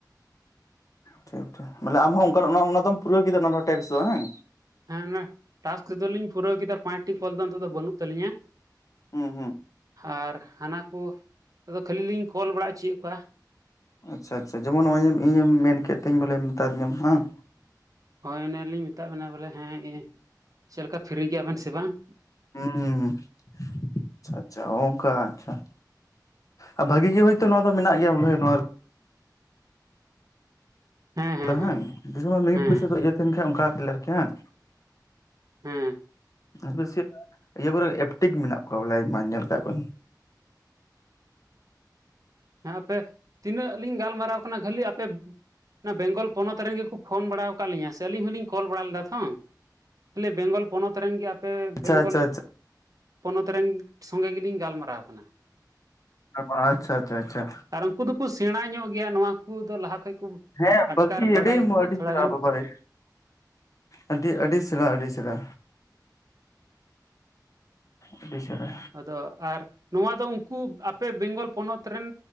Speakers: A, on the left; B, on the right.
A: ᱴᱷᱤᱠ ᱴᱷᱤᱠ ᱢᱟᱱᱮ ᱟᱢᱦᱚᱸ ᱚᱱᱠᱟᱱᱟᱜ ᱚᱱᱟ ᱚᱱᱟᱫᱚᱢ ᱯᱩᱨᱟᱹᱣ ᱠᱮᱫᱟ ᱚᱱᱟ ᱴᱮᱠᱥ ᱫᱚ ᱵᱟᱝ
B: ᱦᱮᱸ ᱚᱱᱟ ᱴᱟᱥᱠ ᱫᱚᱞᱤᱧ ᱯᱩᱨᱟᱹᱣ ᱠᱮᱫᱟ ᱯᱟᱸᱪᱴᱤ ᱠᱚᱞ ᱫᱚ ᱚᱱᱛᱚᱛᱚ ᱵᱟᱹᱱᱩᱜ ᱛᱟᱹᱞᱤᱧᱟ
A: ᱦᱩᱸ ᱦᱩᱸ
B: ᱟᱨ ᱦᱟᱱᱟ ᱠᱚ ᱠᱷᱟᱹᱞᱤ ᱞᱤᱧ ᱠᱚᱞ ᱵᱟᱲᱟ ᱚᱪᱚᱭᱮᱫ ᱠᱚᱣᱟ
A: ᱟᱪᱪᱷᱟ ᱟᱪᱪᱷᱟ ᱡᱮᱢᱚᱱ ᱱᱚᱜᱼᱚᱭ ᱤᱧᱮᱢ ᱢᱮᱱ ᱠᱮᱫ ᱛᱤᱧ ᱵᱚᱞᱮ ᱢᱮᱛᱟᱫᱤᱧᱟᱢ ᱵᱟᱝ
B: ᱦᱚᱭ ᱚᱱᱮᱞᱤᱧ ᱢᱮᱛᱟᱜ ᱵᱮᱱᱟ ᱵᱚᱞᱮ ᱦᱮᱸ ᱪᱮᱫ ᱞᱮᱠᱟ ᱯᱷᱤᱨᱤ ᱜᱮᱭᱟᱵᱮᱱ ᱥᱮ ᱵᱟᱝ
A: ᱦᱩᱸ ᱟᱪᱪᱷᱟ ᱟᱪᱪᱷᱟ ᱚᱱᱠᱟ ᱟᱪᱪᱷᱟ ᱟ ᱵᱷᱟᱹᱜᱤ ᱜᱮ ᱦᱳᱭᱛᱚ ᱱᱚᱣᱟ ᱫᱚ ᱢᱮᱱᱟᱜ ᱜᱮᱭᱟ ᱵᱚᱞᱮ ᱱᱚᱣᱟ
B: ᱦᱮᱸ ᱦᱮᱸ
A: ᱫᱟ
B: ᱦᱮᱸ
A: ᱦᱟᱝ ᱵᱤᱥᱤ ᱫᱚ ᱵᱟᱝ ᱢᱤᱱᱤᱴ
B: ᱦᱮᱸ
A: ᱠᱤᱪᱷᱩ ᱤᱭᱟ‌. ᱛᱟᱦᱮᱱ ᱠᱷᱟᱱ ᱚᱱᱠᱟ ᱟᱨᱠᱤ ᱦᱟᱝ
B: ᱦᱮᱸ
A: ᱵᱮᱥᱤ ᱤᱭᱟᱹ ᱠᱚᱨᱮ ᱮᱯᱴᱤᱠ ᱢᱮᱱᱟᱜ ᱠᱚᱣᱟ ᱵᱚᱞᱮ ᱟᱭᱢᱟ ᱧᱮᱞ ᱠᱟᱜ ᱠᱚᱣᱟ
B: ᱦᱮᱸ ᱟᱯᱮ ᱛᱤᱱᱟᱹᱜ ᱞᱤᱧ ᱜᱟᱞᱢᱟᱨᱟᱣ ᱠᱟᱱᱟ ᱠᱷᱟᱹᱞᱤ ᱟᱯᱮ ᱚᱱᱟ ᱵᱮᱝᱜᱚᱞ ᱯᱚᱱᱚᱛ ᱨᱮᱱ ᱜᱮᱠᱚ ᱯᱷᱳᱱ ᱵᱟᱲᱟ ᱟᱠᱟᱫ ᱞᱤᱧᱟ ᱥᱮ ᱟᱹᱞᱤᱧ ᱦᱚᱸᱞᱤᱧ ᱠᱚᱞ ᱵᱟᱲᱟ ᱞᱮᱫᱟ ᱛᱷᱚ ᱠᱷᱟ. ᱞᱤ ᱵᱮᱝᱜᱚᱞ ᱯᱚᱱᱚᱛ ᱨᱮᱱ ᱜᱮ ᱟ ᱟᱯᱮ
A: ᱟᱪᱪᱷᱟ
B: ᱵᱮᱝᱜᱚᱞ
A: ᱟᱪᱪᱷᱟ ᱟᱪᱪᱷᱟ
B: ᱯᱚᱱᱚᱛ ᱨᱮᱱ ᱥᱚᱸᱜᱮ ᱜᱮᱞᱤᱧ ᱜᱟᱞᱢᱟᱨᱟᱣ ᱠᱟᱱᱟ
A: ᱛᱟᱯᱚᱨ ᱟᱪᱪᱷᱟ ᱟᱪᱪᱷᱟ ᱟᱪᱪᱷᱟ
B: ᱟᱨ ᱩᱱᱠᱩ ᱫᱚᱠᱚ ᱥᱮᱬᱟ ᱧᱚᱜ ᱜᱮᱭᱟ ᱱᱚᱣᱟ ᱠᱚᱫᱚ ᱞᱟᱦᱟ ᱠᱷᱚᱡ ᱠᱚ
A: ᱦᱮᱸ
B: ᱟᱴᱠᱟᱨ
A: ᱵᱟᱠᱤ
B: ᱵᱟᱰᱟᱭᱟᱠᱚ
A: ᱟᱹᱰᱤ
B: ᱛᱷᱚᱲᱟ
A: ᱪᱮᱨᱦᱟ
B: ᱜᱟᱱ
A: ᱵᱟᱵᱟᱨᱮ ᱟᱹᱰᱤ ᱟᱹᱰᱤ ᱥᱮᱬᱟ ᱟᱹᱰᱤ ᱥᱮᱬᱟ ᱟᱹᱰᱤ ᱥᱮᱬᱟ
B: ᱟᱫᱚ ᱟᱨ ᱱᱚᱣᱟ ᱫᱚ ᱩᱱᱠᱩ ᱟᱯᱮ ᱵᱮᱝᱜᱚᱞ ᱯᱚᱱᱚᱛ ᱨᱮᱱ